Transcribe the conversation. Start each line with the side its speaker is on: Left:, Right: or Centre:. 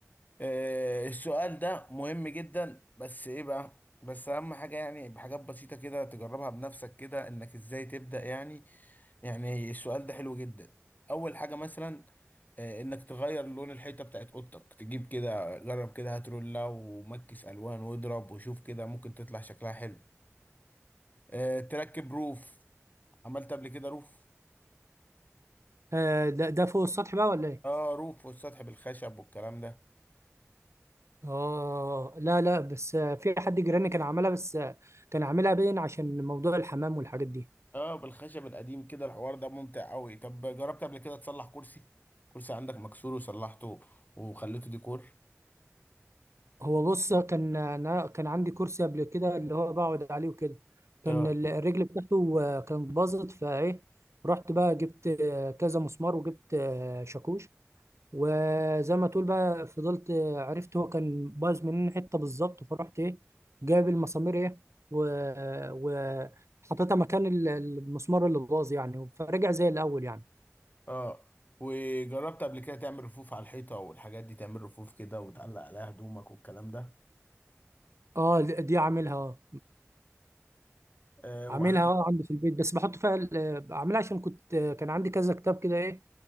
Left: آه، السؤال ده مهم جدا بس ايه بقى بس اهم حاجة يعني بحاجات بسيطة كده تجربها بنفسك كده انك ازاي تبدأ يعني يعني السؤال ده حلو جدا اول حاجة مثلا آه، انك تغير لون الحيطه بتاعت اوضتك تجيب كده جرب كده هات رولة ومكس الوان واضرب وشوف كده ممكن تطلع شكلها حلو آه، تركب روف عملت قبل كده روف
Right: آه، ده ده فوق السطح بقى ولا إيه؟
Left: اه روف والسطح بالخشب والكلام ده
Right: اه لا لا بس آه، في حد جيراني كان عاملها بس آه، كان عاملها باين عشان موضوع الحمام والحاجات دي
Left: اه بالخشب القديم كده الحوار ده ممتع قوي طب جربت قبل كده تصلح كرسي كرسي عندك مكسور وصلحته وخليته ديكور
Right: هو بص كان انا كان عندي كرسي قبل كده اللي هو بقعد عليه وكده كان
Left: اه
Right: ال- الرجل بتاعته آه، كانت باظت فايه رحت بقى جبت آه، كذا مسمار وجبت آه، شاكوش وزي ما تقول بقى فضلت آه، عرفت هو كان باظ منين حته بالظبط فرحت ايه جايب المسامير ايه و... و... حطيتها مكان ال- المسمار اللي باظ يعني فرجع زي الاول يعني
Left: اه وجربت قبل كده تعمل رفوف على الحيطة والحاجات دي تعمل رفوف كده وتعلق عليها هدومك والكلام ده
Right: اه دي دي عاملها اه
Left: آه
Right: عاملها
Left: وعن
Right: اه عندي في البيت بس بحط فيها ال- بعملها عشان كنت كان عندي كذا كتاب كده ايه